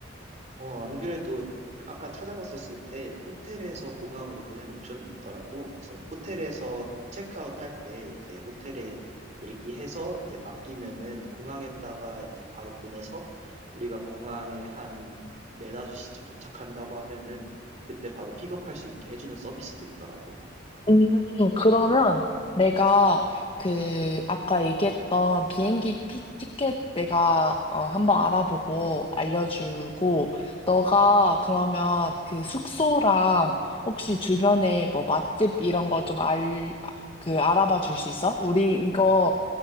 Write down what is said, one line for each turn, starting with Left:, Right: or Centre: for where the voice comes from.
Right: 어, 안 그래도 아까 찾아봤었을 때 호텔에서 공항으로 보내는 옵션도 있더라고. 그래서 호텔에서 체크아웃 할 때 이제 호텔에 얘기해서 이제 맡기면은 공항에다가 이제 바로 보내서 우리가 공항에 한 4, 5시쯤 도착한다고 하면은 그때 바로 픽업할 수 있게 해주는 서비스도 있더라고.
Left: 음, 그러면 내가 그 아까 얘기했던 비행기 티- 티켓 내가 어, 한번 알아보고 알려주고 너가 그러면 그 숙소랑 혹시 주변에 뭐 맛집 이런 거 좀 알, 아, 그 알아봐 줄 수 있어? 우리 이거